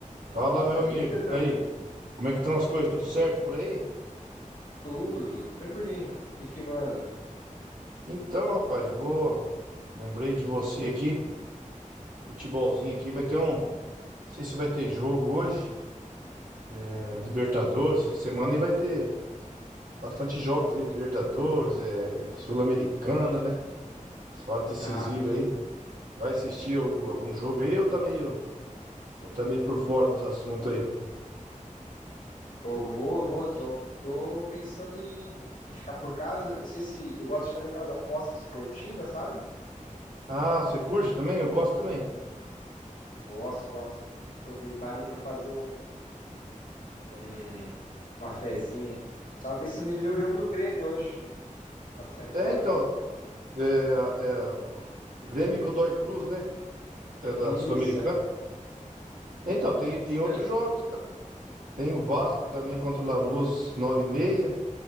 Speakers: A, on the left; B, on the right.
A: Opa,
B: Fala, meu amigo.
A: e aí, Pedrão?
B: E aí, como é que estão as coisas? Tudo
A: Pô,
B: certo
A: tu-
B: por aí?
A: tudo, tudo tranquilinho. O que que manda?
B: Então, rapaz, eu vou. Lembrei de você aqui. Futebolzinho aqui vai ter um. Não sei se vai ter jogo hoje. É, Libertadores, essa semana e vai ter bastante jogos aí. Libertadores, é, Sul-Americana, né? As fases decisivas
A: Tá, sim.
B: aí. Vai assistir al- algum jogo aí eu tá meio. eu tá meio por fora dos assuntos aí?
A: Eu vou, eu vou, tô, tô pensando em, em ficar por casa. Não sei se eu gosto de fazer aquelas apostas esportivas, sabe?
B: Ah, você curte também? Eu gosto também.
A: Gosto, gosto. Aproveitar ali pra fazer um, um- uma fezinha. Tava pensando em ver o jogo do Grêmio hoje, às sete
B: É,
A: horas.
B: então. É, é, o Grêmio e Godoy Cruz, né? É da
A: Isso,
B: Sul-Americana.
A: é. Uhum,
B: Então, tem, tem
A: isso
B: outros
A: mesmo.
B: jogos. cara. Tem o Vasco também contra o Lanús, nove e meia